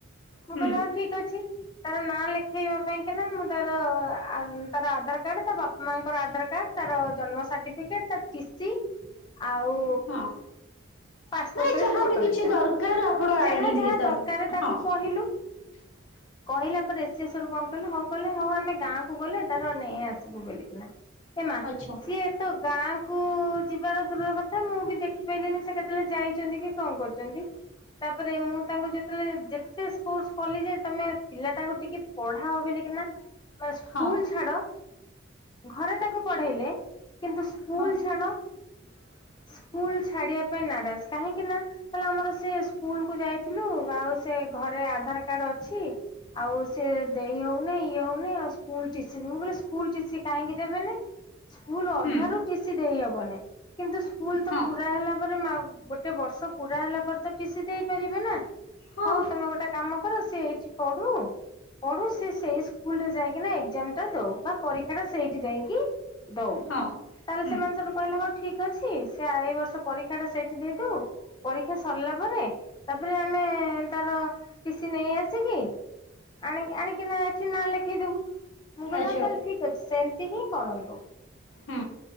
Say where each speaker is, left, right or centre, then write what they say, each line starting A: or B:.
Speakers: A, on the left; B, on the left.
A: ମୁଁ
B: ହୁଁ
A: କହିଲି ହଉ ଠିକ ଅଛି ତାର ନାଁ ଲେ ଖିବା ପାଇଁ କି ନା ମୁଁ ତାର ଉଁ ତାର ଆଧାର କାର୍ଡ ତା ବାପା ମାଙ୍କର ଆଧାର କାର୍ଡ ତାର ଜନ୍ମ ସାର୍ଟିଫିକେଟ ତାର ଟିସି ଆଉ
B: ହଁ
A: ପାସପୋର୍ଟ
B: ମାନେ
A: ସାଇଜ
B: ଯାହାବି
A: ଫଟୋ
B: କିଛି
A: ଦି ଟା
B: ଦରକାର ଆପଣ ଆଣିଲେ
A: ଯାହା ଯାହା
B: ତ
A: ଦରକାର ତାକୁ
B: ହଁ
A: କହିଲୁ।
B: <unintelligible>
A: କହିଲା ପରେ ସିଏ ସେଠୁ କଣ କଲେ ହଁ କଲେ ହଉ ଆମେ ଗାଁ କୁ ଗଲେ ତାର ନେଁଇଁ ଆସିବୁ ବଲିକିନା ଏ ମା
B: ଆଚ୍ଛା
A: ସିଏ ଏ ତ ଗାଁ କୁ ଯିବାର ଦୂରର କଥା ମୁଁ ବି ଦେଖିପାରଲିିନି ସେ କେତେବେଳେ ଯାଇଛନ୍ତି କି କଣ କରିଛନ୍ତି
B: <inaudible>
A: ତାପରେ ମୁଁ ତାଙ୍କୁ ଯେତେବେଳେ ଯେତେ ଫୋର୍ଷ କଲି ଯେ ତମେ ପିଲା ଟାକୁ ଟିକେ ପଢାଅ ବୋଲି କି ନା ମାନେ ସ୍କୁଲ
B: ହଁ
A: ଛାଡ। ଘରେ ତାକୁ ପଢେଇଲେ କିନ୍ତୁ ସ୍କୁଲ
B: ହଁ
A: ଛାଡ।
B: <inaudible>
A: ସ୍କୁଲୁ ଛାଡିବା ପାଇଁ ନାରାଜ କାହିଁକି ନା କହିଲେ ଆମର ସେ ସ୍କୁଲୁ କୁ ଯାଇଥିଲୁ। ଆଉ ସେ ଘରେ ଆଧାର କାର୍ଡ ଅଛି ଆଉ। ସେ ଦେଇ ହଉନି ଇଏ ହଉନି ଆଉ ସ୍କୁଲୁ ଟିସି ମୁଁ କହିଲି ସ୍କୁଲ ଟିସି କାହିକି ଦେବେନେହିଁ। ସ୍କୁଲୁ ଅଧାରୁ
B: ହୁଁ
A: ଟିସି ଦେଇହବନି କିନ୍ତୁ ସ୍କୁଲ ତ
B: ହଁ
A: ପୁରା ହେଲା ପରେ ମା ଗୋ ଗୋଟେ ବର୍ଷ ପୁରା ହେଲା ପରେ ତ ଟିସିି ଦେଇପାରିବେ ନା।
B: ହଁ
A: ହଉ ତମେ ଗୋଟେ କାମ କର ସିଏ ଏଇଠି ପଢୁ। ପଢୁ ସିଏ ସେଇ ସ୍କୁଲୁରେ ଯାଇକିନା ଏକେଜାମ ଟା ଦଉ ବା ପରୀକ୍ଷା ଟା ସେଇଠି ଦେଇକି ଦଉ
B: ହଁ
A: ତାହେଲେ
B: ହୁଁ
A: ସେମାନେ ସବୁ। କହିଲେ ହଉ ଠିକ୍ ଅଛି ସେ ଏଇ ବର୍ଷ ପରୀକ୍ଷା ଟା ସେଇଠି ଦେଇଦଉ। ପରୀକ୍ଷା ସରିଲା ପରେ ତାପରେ ଆମେ ତାର ଟିସି ନେଇ ଆସିକି ଆଣିକି ଆଣିକିନା ଏଠି ନାଁ ଲେଖେଇଦବୁ ମୁ କହିଲି
B: ଆଚ୍ଛା।
A: ହଉ ତାହେଲେ ଠିକ୍ ଅଛି ସେମିତି ହିଁ କରନ୍ତୁ।
B: ହୁଁ